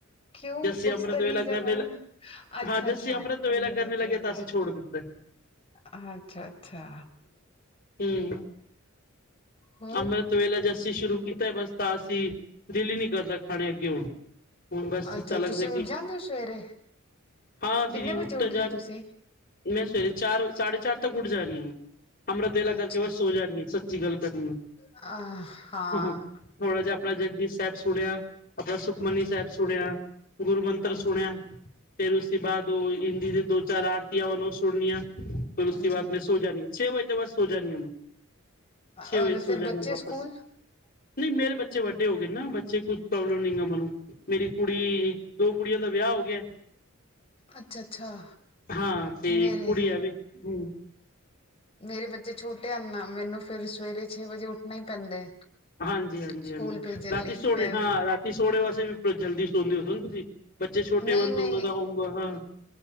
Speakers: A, on the left; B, on the left.
A: ਕਿਉਂ
B: ਜੱਸੀ,
A: ਕੁਛ
B: ਅੰਮ੍ਰਿਤ
A: ਤਾਂ
B: ਵੇਲਾ
A: ਰੀਜ਼ਨ
B: ਕਰਨੇ
A: ਹੋਊ ਨਾ ਅੱਛਾ
B: ਹਾਂ। ਜੱਸੀ,
A: ਅੱਛਾ
B: ਅੰਮ੍ਰਿਤ ਵੇਲਾ ਕਰਨੇ ਲੱਗੇ।
A: ਵੇਲਾ
B: ਤਾਂ, ਅਸੀਂ ਛੋੜ ਦਿੱਤਾ। <inaudible>
A: ਅੱਛਾ- ਅੱਛਾ।
B: ਹੂੰ।
A: ਹੋਰ
B: ਅੰਮ੍ਰਿਤ ਵੇਲਾ ਜਾਸ ਅਸੀਂ ਸ਼ੁਰੂ ਕੀਤਾ। ਬਸ ਤਾਂ, ਅਸੀਂ ਦਿਲ ਹੀ, ਨਹੀਂ ਕਰਦਾ, ਖਾਣੇ ਗੇ ਹੂੰ। ਹੁਣ। ਬਸ
A: ਅੱਛਾ
B: ਇਸ ਤਾਂ ਲੱਗਦਾ
A: ਤੁਸੀਂ ਉੱਠ
B: ਕਿ,
A: ਜਾਂਦੇ ਹੋ ਸਵੇਰੇ
B: ਹਾਂ। ਦੀਦੀ
A: ਕਿੰਨੇ
B: ਉੱਠ
A: ਵਜੇ ਉੱਠਦੇ
B: ਤਾਂ ਜਾਣ।
A: ਹੋ ਤੁਸੀਂ
B: ਮੈਂ, ਸਵੇਰੇ ਚਾਰ, ਸਾਢੇ ਚਾਰ ਤੱਕ, ਉੱਠ ਜਾਣੀ ਆਂ। ਅੰਮ੍ਰਿਤ ਵੇਲਾ ਕਰਕੇ
A: ਅੱਛਾ
B: ਬਸ ਸੋ ਜਾਣੀ ਸੱਚੀ ਗੱਲ ਕਰਨੀ।
A: ਅ ਹਾਂ
B: ਥੋੜਾ ਜਿਹਾ ਆਪਣਾ ਜਪਜੀ ਸਾਹਿਬ। ਸੁਣਿਆ ਆਪਣਾ ਸੁਖਮਨੀ
A: ਹਾਂਜੀ
B: ਸਾਹਿਬ ਸੁਣਿਆ, ਗੁਰੂ ਮੰਤਰ
A: ਹਾਂਜੀ
B: ਸੁਣਿਆ। ਫੇਰ ਉਸ ਬਾਅਦ ਉਹ ਹਿੰਦੀ ਦੇ ਦੋ ਚਾਰ ਆਰਤੀਆਂ ਵਨ ਉਹ ਸੁਣਨੀਆਂ ਫੇਰ ਉਸ
A: ਹਾਂਜੀ
B: ਤੋਂ ਬਾਅਦ ਮੈਂ ਸੋ ਜਾਾਨੀ। ਛੇ ਵਜੇ ਤੋਂ ਬਾਅਦ ਸੋ ਜਾਣ ਮੈਂ ਛੇ
A: ਔਰ
B: ਵਜੇ ਸੋ
A: ਫਿਰ
B: ਜਾਦੀ
A: ਬੱਚੇ
B: ਵਾਪਸ
A: ਸਕੂਲ
B: ਨਹੀਂ ਮੇਰੇ ਬੱਚੇ। ਬੱਚੇ ਵੱਡੇ ਹੋ ਗਏ ਨਾ ਬੱਚੇ ਕੁਛ ਪ੍ਰੋਬਲਮ ਨੀ ਗੀ ਮੈਨੂੰ ਮੇਰੀ ਕੁੜੀ। ਦੋ ਕੁੜੀਆਂ ਦਾ ਵਿਆਹ ਹੋ ਗਿਆ।
A: ਅੱਛਾ ਅੱਛਾ
B: ਹਾਂ ਤੇ
A: ਮੇਰੇ
B: ਕੁੜੀ ਆ ਵੀ ਹੀ।
A: ਮੇਰੇ ਬੱਚੇ ਛੋਟੇ ਹਨ ਨਾ ਮੈਨੂੰ ਫੇਰ ਸਵੇਰੇ ਛੇ ਵਜੇ ਉੱਠਣਾ ਹੀ ਪੈਂਦਾ।
B: ਹਾਂਜੀ ਹਾਂਜੀ
A: ਸਕੂਲ
B: ਹਾਂਜੀ
A: ਭੇਜਣ
B: ਰਾਤੀ
A: ਲਈ
B: ਸੋਣੇ
A: ਫਿਰ
B: ਹਾਂ ਰਾਤੀ ਸੋਣੇ ਵਾਸਤੇ ਵੀ ਜਲਦੀ ਸੌਦੇ ਹੋ ਤੁਸੀਂ। ਬੱਚੇ ਛੋਟੇ
A: ਨਹੀਂ
B: ਹੋਣ
A: ਨਹੀਂ
B: ਤਾਂ ਉਹਨਾਂ ਦਾ ਹੋਮ ਹਾਂ